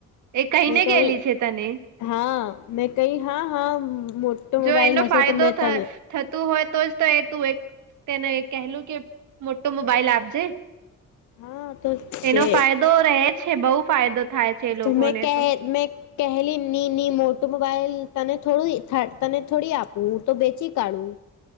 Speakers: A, on the right; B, on the left.
A: એ કહીને
B: મેં કહું
A: ગયલી છે તને
B: હા મેં કઈ હા હા મોટો મોબાઈલ
A: જો એનો
B: હશે
A: ફાયદો
B: તો મેં ત
A: થતું હોય તો જ તો એ તું એક તેને કહેલું કે મોટો મોબાઈલ આપજે
B: હા તો છે
A: એનો ફાયદો રહે છે બહુ ફાયદો થાય છે એ
B: તમે
A: લોકોને
B: કે
A: તો
B: મે કહેલી ની ની મોટું મોબાઈલ તને થોડું તને થોડી આપું તો બેચી કાઢું